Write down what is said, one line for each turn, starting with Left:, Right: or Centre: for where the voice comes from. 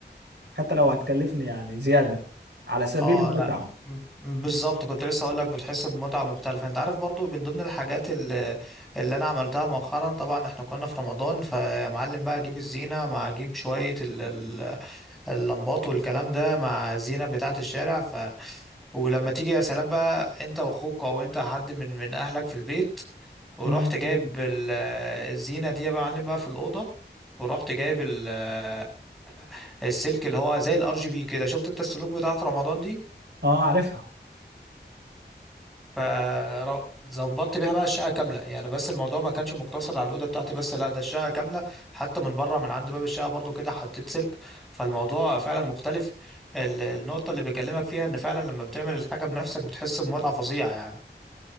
Right: حتى لو هتكلفني يعني زياده على سبيل
Centre: اه
Right: المتعه
Centre: لا م- بالظبط كنت لسه اقول لك بتحس بمتعة مختلفة انت عارف برضو من ضمن الحاجات اللي, اللي انا عملتها مؤخرا طبعا احنا كنا في رمضان فيا معلم بقى اجيب الزينة مع اجيب شوية ال- ال- اللمبات والكلام ده مع الزينة بتاعة الشارع ولما تيجي يا سلام بقى انت واخوك او انت حد من من اهلك في البيت ورحت
Right: مم،
Centre: جايب
Right: مم.
Centre: ال- الزينه دي يا معلم بقى في الاوضه ورحت جايب ال- السلك اللي هو زي الار جي بي كده شفت انت السلوك بتاعت رمضان دي
Right: اه عارفها
Centre: فظبطت بيها بقى الشقه كامله يعني بس الموضوع ما كانش مقتصر على الاوضه بتاعتي بس لا ده الشقه كامله حتى من بره من عند باب الشقه برضو كده حطيت سلك فالموضوع فعلا مختلف ال- النقطه اللي بكلمك فيها ان فعلا لما بتعمل الحاجه بنفسك بتحس بمتعه فظيعه يعني